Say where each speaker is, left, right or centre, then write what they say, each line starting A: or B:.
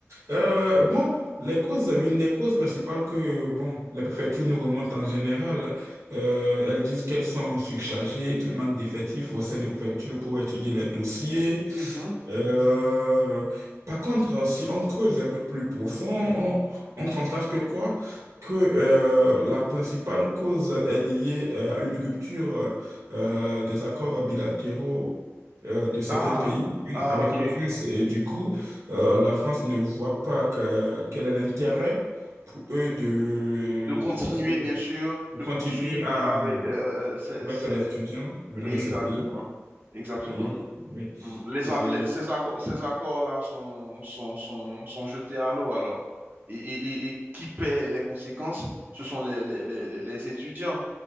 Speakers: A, on the right (about 80°); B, on the right (about 40°).
A: Euh, bon, les causes, l'une des causes principales que, bon, les préfectures nous remontent en général, euh, elles disent qu'elles sont surchargées, qu'il manque d'effectifs au sein des préfectures pour étudier les dossiers.
B: Mhm.
A: Euh, par contre, si on creuse un peu plus profond, on, on constate que quoi? Que euh, la principale cause est liée euh, à une rupture euh, des accords bilatéraux euh, de certains
B: Ah,
A: pays
B: ah,
A: avec
B: ok.
A: la France. Et du coup, euh, la France ne voit pas que, quel est l'intérêt pour eux de,
B: de continuer,
A: c'est-à-dire,
B: bien
A: euh,
B: sûr,
A: de
B: de
A: continuer
B: poursuivre
A: à,
B: avec. euh, euh, euh, c'est,
A: avec
B: c'est-
A: les étudiants venant
B: Exactement.
A: de ces pays.
B: Exactement.
A: Et, oui,
B: Mm. Les,
A: et
B: a- les- ces accords, ces accords-là sont, sont, sont, sont jetés à l'eau alors. Et, et, et, et qui paie les conséquences? Ce sont les, les, les, les les étudiants.